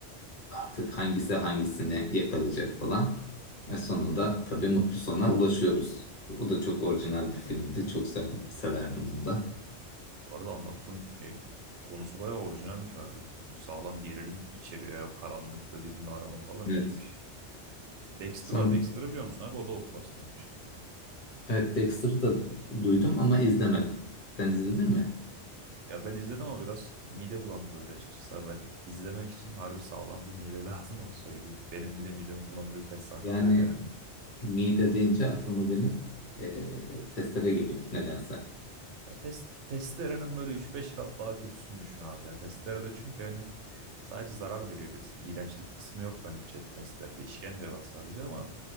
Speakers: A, on the left (about 50°); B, on the right (about 85°).
A: artık hangisi hangisini yakalayacak falan. Ve sonunda tabii mutlu sona ulaşıyoruz. O da çok orijinal bir filmdi. Çok sev- severdim onu da.
B: Bu arada anlattığın e, konusu bayağı orijinalmiş harbi. Sağlam gerilim içeriyor ya. O karanlıkta birbirini arama falan
A: Evet.
B: iyiymiş. Dexter
A: Sonra
B: var. Dexter'ı biliyor musun abi? O da o klasman bir şey.
A: Evet Dexter'ı da duydum ama izlemedim. Sen izledin mi?
B: Ya ben izledim ama biraz mide bulandırıcı açıkçası. abi. Ben izlemek için harbi sağlam bir mide <laughs> lazım onu söyleyeyim. Benim bile midemi bulandığı birkaç sahne
A: Yani
B: oldu yani.
A: mide deyince aklıma benim eee testere geliyor nedense.
B: Ya test, testerenin böyle 3-5 kat daha kötüsünü düşün abi ya. Testerede çünkü hani Sadece zarar veriyor birisine. İğrençlik kısmı yok bence chess testlerde. İşkence var sadece ama